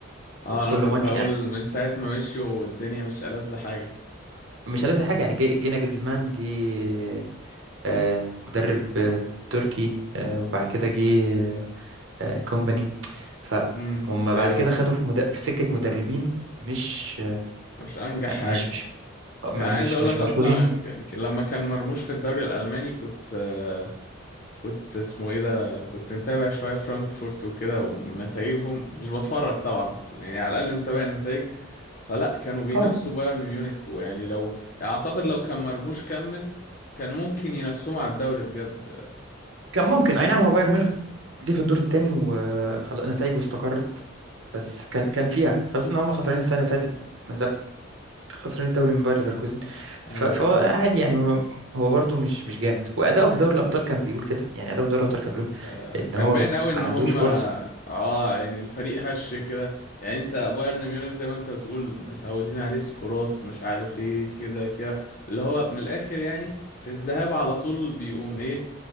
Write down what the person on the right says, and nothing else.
وكل
ماتش
يعني
مش
لازم حاجة يعني جه- جينا جلزمان جه آه مدرب آه تركي آه وبعد كده جه كومباني فهم
بعد كده خدوا في, مد... في سكة مدربين مش
مش مش مش
مش
مشهورين
اه
كان ممكن اي نعم هو بايرن ميونخ جه في الدور الثاني وخلاص نتائجه استقرت بس كان كان فيها خاصة ان هم خسرانين السنة اللي فاتت من لب... خسرانين الدوري من باير ليفركوزن ف...
فهو
عادي يعني هم هو برده مش مش جامد واداؤه في دوري الابطال كان بيقول كده يعني اداؤه في دوري الابطال كان بيقول
ان
هو
ما
عندوش
فرصة